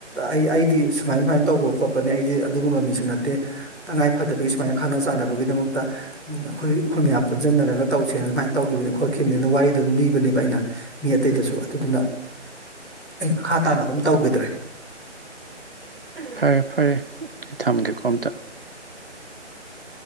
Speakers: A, in the centre; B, on the right.
A: ꯑꯩ ꯑꯩꯗꯤ ꯁꯨꯃꯥꯏ ꯁꯨꯃꯥꯏꯅ ꯇꯧꯕ ꯈꯣꯠꯄꯅꯤ ꯑꯩꯗꯤ ꯑꯗꯨꯒꯨꯝꯕ ꯃꯤꯁꯨ ꯅꯠ ꯇꯦ ꯇꯉꯥꯏ ꯐꯗꯕꯒꯤ ꯁꯨꯃꯥꯏꯅ ꯈꯪꯅ ꯆꯥꯟꯅꯕꯒꯤꯗꯃꯛꯇ ꯎꯝ ꯑꯩꯈꯣꯏ ꯑꯩꯈꯣꯏ ꯃꯌꯥꯝ ꯄꯨꯟꯖꯟꯅꯔꯒ ꯇꯧꯁꯦ ꯑꯗꯨꯃꯥꯏꯅ ꯇꯧꯈꯤꯕꯅꯤ ꯈꯣꯠꯈꯤꯕꯅꯤꯅ ꯋꯥꯔꯤꯗꯣ ꯑꯗꯨꯝ ꯂꯤꯕꯅꯦꯕ ꯑꯩꯅ ꯃꯤ ꯑꯇꯩꯗꯁꯨ ꯑꯗꯨꯗꯨꯅ ꯑꯩ ꯃꯈꯥ ꯇꯥꯅ ꯑꯗꯨꯝ ꯇꯧꯒꯤꯗ꯭ꯔꯦ
B: ꯐꯔꯦ ꯐꯔꯦ ꯑꯩ ꯊꯝꯒꯦꯀꯣ ꯑꯝꯇ